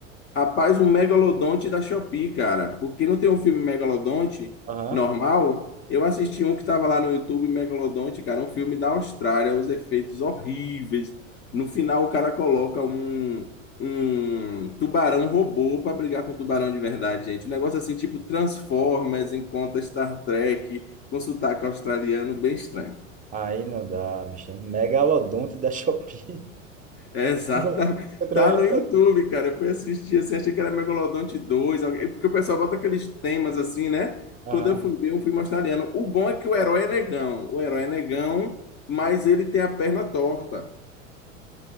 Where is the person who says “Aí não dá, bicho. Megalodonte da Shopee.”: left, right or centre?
Right